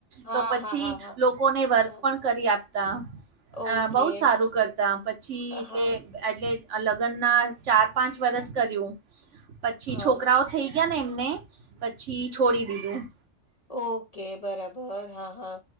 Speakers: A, on the left; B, on the right.
A: હા,
B: તો પછી
A: હા, હા, હા.
B: લોકોને વર્ક
A: ચાલ
B: પણ કરી આપતા,
A: ઓકે.
B: બહ સારું કરતા. પછી
A: હા,
B: એટલે એટલે લગ્ન ના ચાર પાંચ વરસ કર્યું. પછી
A: હા.
B: છોકરાઓ થઈ ગયા ને એમને, પછી છોડી દીધું.
A: ઓકે બરાબર હા હા.